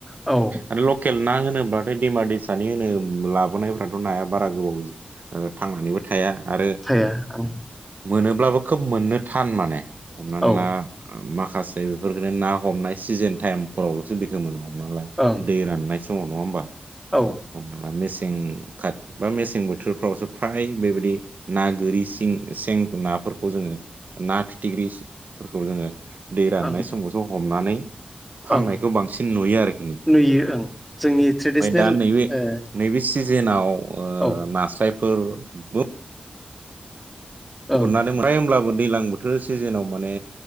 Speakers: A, in the centre; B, on the right (about 60°).
A: औ
B: आरो लकेल ना होनोब्ला ओमफ्राय दैमा दैसानि होनो लाबोनायफ्राथ' नाया बारा गोबाव ओ थांनानैबो थाया आरो
A: थाया ओं
B: मोनोब्लाबो खोब मोननो थान माने हमनान
A: औ
B: ला माखा- खासे बेफोरफोरखौनो ना हमनाय सिजोन टाइमफोरावल'सो बेखो मोनो हमनान ला
A: ओं
B: दै राननाय सम समाव नङा होमबा
A: औ
B: हमना ला मेसें खाद बा मेसें बोथोरफ्रावसो फ्राय बेबायदि ना गोरि सें सें नाफोरखौ जोङो ना फिथिख्रिफोरखौ जोङो दै राननाय
A: ओं
B: समावसो हमनानै फाननायखौ
A: ओं
B: बांसिन नुयो आरोखिनि
A: नुयो ओं जोंनि ट्रेडिसनेल
B: फाय दा नैबे
A: ओ
B: नैबे सिजोनाव ओ
A: औ
B: नास्रायफोर बो
A: ओं
B: गुरना <unintelligible> होमब्लाबो दैलां बोथोर सिजेनाव माने